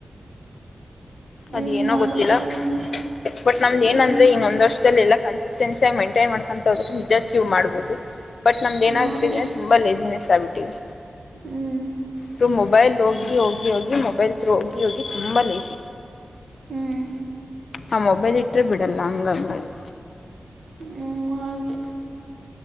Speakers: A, on the left; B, on the right.
A: ಅದ
B: ಏನು
A: ಏನೋ
B: ಮಾಡೋದು
A: ಗೊತ್ತಿಲ್ಲಾ
B: ಏನು
A: <inaudible> ಒಟ್ ನಮ್ದ
B: ಹ್ಞೂ
A: ಏನಂದ್ರೆ ಇನ್ನೊಂದ ವರ್ಷದಲ್ಲಿ ಎಲ್ಲ ಕನ್ಸಿಸ್ಟೆನ್ಸಿ ಆಗಿ ಮೆಂಟೈನ್ ಮಾಡ್ಕೊಂತ ಹೋದ್ರೆ ನಿಜ ಅಚೀವ್ ಮಾಡ್ಬೋದು ಬಟ್ ನಮ್ದ ಏನಾಗ್ಬಿಟ್ಟಿದೆ
B: ಮಾಡು
A: ತುಂಬಾ ಲೇಜಿನೆಸ್ ಆಬಿಟ್ಟೀವಿ
B: ಹ್ಮ್ಮ್.
A: ತ್ರೂ ಮೊಬೈಲ್ ಹೋಗಿ ಹೋಗಿ ಹೋಗಿ ಮೊಬೈಲ್ ಥ್ರೂ ಹೋಗಿ ಹೋಗಿ ತುಂಬಾ ಲೆಜೀ
B: ಹ್ಮ.
A: ಆ ಮೊಬೈಲ್ ಇಟ್ಟರೆ ಬಿಡಲ್ಲಾ ಹಂಗಂಗಾಗಿ
B: ಹ್ಮ್ಮ್ ಹಾಗೆ